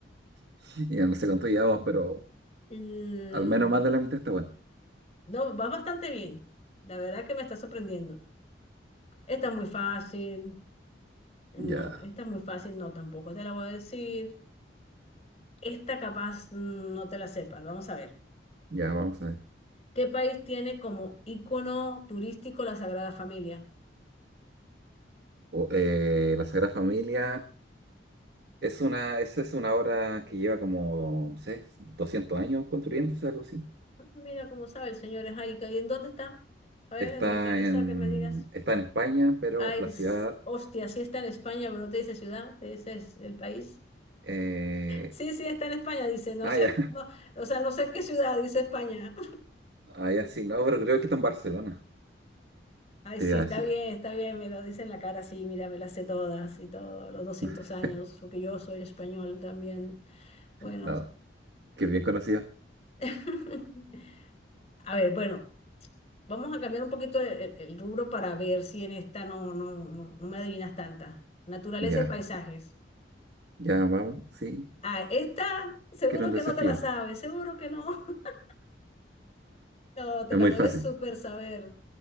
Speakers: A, on the right; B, on the left.
A: <laughs> ya no sé cuánto llevamos, pero
B: Mm,
A: al menos más de la mitad está bueno.
B: No, vas bastante bien. La verdad que me está sorprendiendo. Está muy fácil. No,
A: Ya.
B: esta es muy fácil, no tampoco te la voy a decir. Esta capaz mm, no te la sepas, vamos a ver.
A: Ya, vamos a ver.
B: ¿Qué país tiene como ícono turístico la Sagrada Familia?
A: O, eh, La Sagrada Familia es una, esa es una obra que lleva como, no sé, 200 años construyéndose, algo así.
B: Ah, mira cómo sabe el señor es ahí. ¿Y en dónde está? A ver,
A: Está
B: me interesa
A: en,
B: que me digas.
A: está en España, pero
B: Ay,
A: la
B: s-
A: ciudad...
B: hostia, sí está en España, pero no te dice ciudad, te dice es el país.
A: eh,
B: Sí, sí, está en España, dice, no
A: ah,
B: sé,
A: ya,
B: el- no, o sea, no sé qué ciudad, dice España.
A: <laughs> ah, ya, sí, no, pero creo que está en Barcelona,
B: Ay,
A: te
B: sí,
A: iba
B: está
A: a decir.
B: bien, está bien, me lo dice en la cara, sí, mira, me las sé todas y todo, los 200
A: <laughs>
B: años, porque yo soy español también. Bueno,
A: No, que bien conocida.
B: <laughs> a ver, bueno, vamos a cambiar un poquito el, el- el rubro para ver si en esta no, no, no, no me adivinas tanta. Naturaleza
A: Ya,
B: y paisajes.
A: ya vamos, sí,
B: Ah, esta seguro
A: quiero un
B: que
A: desafío.
B: no te la sabes, seguro que no. <laughs> No,
A: <laughs>
B: te
A: es
B: la
A: muy
B: debes
A: fácil,
B: súper saber.